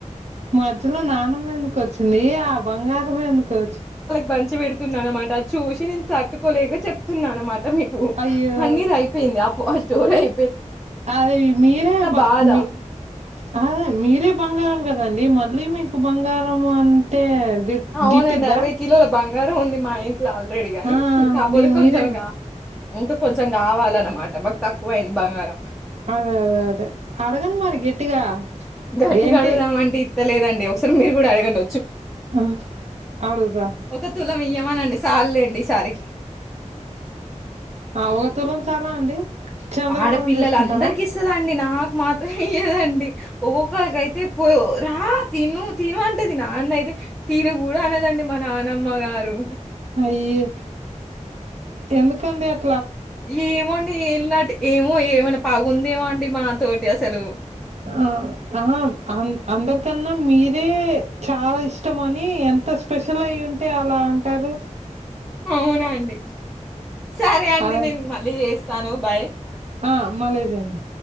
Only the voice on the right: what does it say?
మాది ఇట్లు నాన్నమ్మ ఎందుకు వచ్చింది ఆ బంగారం ఎందుకు వచ్
అయ్యో
అది మీరే
మీ అ మీరే బంగారం కదండి మళ్ళీ మీకు బంగారం అంటే గిట్
గిట్టిద్దా
ఆ
మీరు
మీరే కదా
అదే అదే అదే అడగండి మరి గట్టిగా
ఏంటి
ఆ అడుగుతా
ఆ ఓ తులం చాలా అండి చంద్రహారం
చేసుకుంటారా
అయ్యే ఎందుకండి అట్
ఆ ఆహా అ అందరికన్నా మీరే చాలా ఇష్ ఇష్టమని ఎంత స్పెషల్ అయ్యి ఉంటే అలా అంటారు
అ
ఆ మళ్ళీ చెయిండి